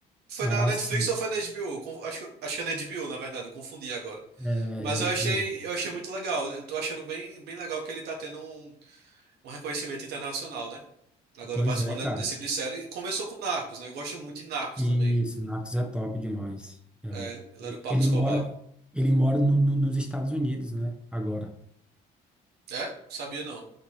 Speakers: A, on the right; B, in the centre.
A: Foi
B: Ah,
A: na Netflix
B: sim.
A: ou foi na HBO? Con- Acho, que- acho que é na HBO, na verdade, eu confundi agora.
B: É,
A: Mas
B: Night
A: eu achei,
B: Vale.
A: eu achei muito legal. Eu tô achando bem, bem legal que ele tá tendo um, um reconhecimento internacional, né? Agora
B: Pois
A: participando
B: é, cara.
A: desse tipo de série. Começou com Narcos, né? Eu gosto muito de Narcos
B: Isso,
A: também.
B: Narcos é top demais. É.
A: É, ele era o Pablo
B: Ele
A: Escobar.
B: mora, ele mora no- no- nos Estados Unidos, né? Agora.
A: É? Sabia não.